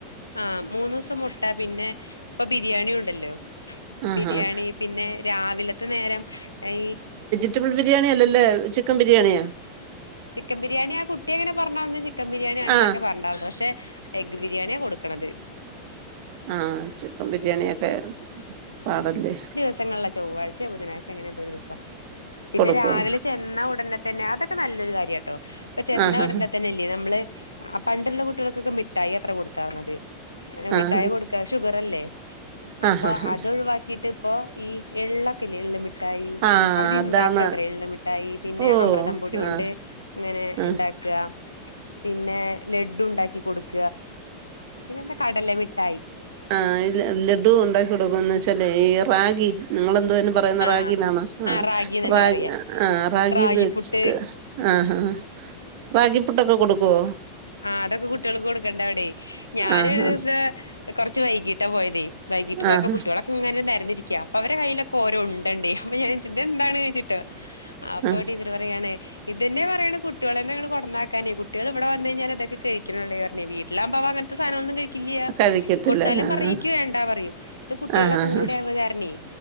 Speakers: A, on the left; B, on the right.
A: ആഹ മൂന്നു ദിവസം മുട്ട പിന്നെ ഇപ്പൊ ബിരിയാണിയ ഉണ്ടല്ലോ.
B: ആഹ്
A: ബിരിയാണി
B: ആഹ്
A: പിന്നെ രാവിലത്തെ നേരം ഈ-
B: റ്റബിൾ ബിരിണിയല്ലേ, ചിക്കൻ ബിരിയാണിയാ.
A: ചിക്കൻ ബിരിയാണി ആ കുട്ടി അങ്ങനെ പറഞ്ഞന്ന ചിക്കൻ- ബിരിയാണി ആണ് എന്നൊക്കെ
B: ആഹ്
A: പറഞ്ഞണ്ടായിരുന്നു. പക്ഷെ, എഗ് ബിരിയാണിയാ കൊടുക്കണത്.
B: ആഹ ചിക്കൻ ബിരിയാണിയൊക്കെ പാടല്ലേ.
A: ദിവസങ്ങള ചൊവ്വാഴ്ച, ബുധനാഴ്ച അങ്ങനെന്ത ഒരു ദിവസം. പിന്നെ
B: കൊടുക്കും
A: രാവിലെ- ചെന്ന ഉടനെ തന്നെ അതൊക്കെ- നല്ലൊരു കാര്യം കേട്ടോ, അപ്പോ ചെന്ന
B: ആഹ്
A: ഉടനെ തന്നെ- നമ്മ പണ്ടുള്ള കുട്ടികൾക്കൊക്കെ, മിഠായി അത്ര കൊടുത്ത മിഠായി.
B: ആഹ് ആഹ്
A: ഷുഗർല്ലേ അപ്പൊ
B: ആഹ് ആഹ് ആഹ്
A: അത്ഒഴിവാക്കിട്ട് ഇപ്പ ഈ എള്ളക്കല്ല എിട്ട- മിട്ടായി
B: ആഹ്
A: അവര്ണ്ടാക്കുക
B: അതാണ്
A: അത്രേ, എള്ളൂ മിഠായി പിന്നെ,
B: ഓ
A: അമൃതം പൊടി കൊണ്ട്-
B: ആഹ്
A: അങ്ങനെ
B: ആഹ്
A: ഉണ്ടാക്കുക പിന്നെ ലഡു ഉണ്ടാക്കി കൊടുക്ക. പിന്നെന്താ കടല മിട്ടായി.
B: ആഹ ലഡു ഉണ്ടാക്കി കൊടുക്കുംന്ന്, വെച്ചല് ഈ റാഗി. നിങ്ങളെന്തോ പറയുന്ന
A: ആഹ്
B: റാഗിന്നാണോ ആഹാ,
A: ആഹ് റാഗിന്നന്നെ
B: റാഗ
A: പറയാ
B: ആഹാ റാഗിന്ന്
A: റാഗിപ്പുട്ട്
B: വെച്ചിട്ട്, ആഹാ ആഹാ രാഗിപ്പുട്ടൊക്കെ കൊടുക്കുവോ.
A: ആഹ അതൊക്കെ കുട്ടികൾക്ക് കൊടുക്കണ്ട അവിടെ ഞാനൻ
B: ആഹ്
A: ഒരു, ദിവസം കൊറച്ച് വൈകീട്ടാ പോയതേ. വൈകീട്ട് പോയപ്പോ-
B: ആഹ്
A: കുട്ടികളൊക്കെ ഇങ്ങനെ തരുന്നിരിക്കുക. അപ്പ അവടെ കയ്യിലൊക്കെ ഓരോ ഉണ്ടണ്ട്, ഞാൻ എന്താണ് ചോച്ചിട്ട് അപ്പ.
B: ആഹ്
A: പറേ ഇത്തന്നെ പറയാണ് കുട്ടികള തന്നെ ഈ കൊറന്നാക്കാനേ, കുട്ടികൾ ഇവിടെ- മുന്നേ ഞാൻ അതൊക്കെ കഴിക്ക്ണാല്ലേ, പറഞ്ഞെ വീട്ട്ലാവ്മ്പോ അങ്ങൻത്തൊസാനങ്ങളൊന്നും- കഴി- ക്കി
B: കഴിക്കത്തില്ല
A: കൊട്ത്താലും
B: ആഹ്
A: പറയും, ക്കി വേണ്ടാ പറയും ഇത് കുട്ട്യാളെ-
B: ആഹ് ആഹ്
A: കൂടെയാവണ കാരണെ.